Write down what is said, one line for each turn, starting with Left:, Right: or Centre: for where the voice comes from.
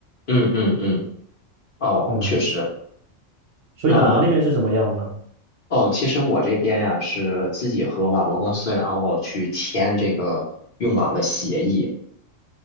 Left: 嗯嗯嗯，哦，
Right: 嗯，
Left: 确实。
Right: 所以你们那边是怎么样呢？
Left: 那哦，其实我这边呀、是自己和网络公司，然后去签这个用网的协议。